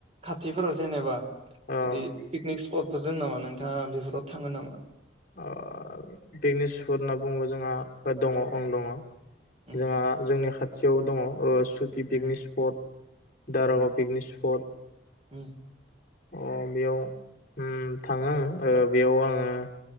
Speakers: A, on the right; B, on the left.
A: खाथिफोराव जेनेबा
B: औ
A: दि पिकनिक सपटफोर जों नामा नोंथाङा बेफोराव थांङो नामा?
B: ओ पिकनिक स्पट होनना बुङोबा जोंहा ओ दङ औ दङ
A: उम
B: जोंहा जोंनि खाथ खाथियाव दङ‌ ओ सुकि पिकनिक
A: उम
B: स्पट दारागाव
A: उम
B: पिकनिक स्पट।
A: उम
B: अ बेयाव उम थाङो आङो बेयाव आङो